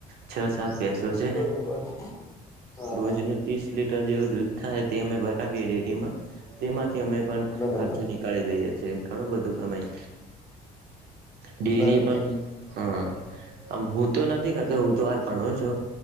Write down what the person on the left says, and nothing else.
બરોબર હા
હા
બરોબર
બરોબર.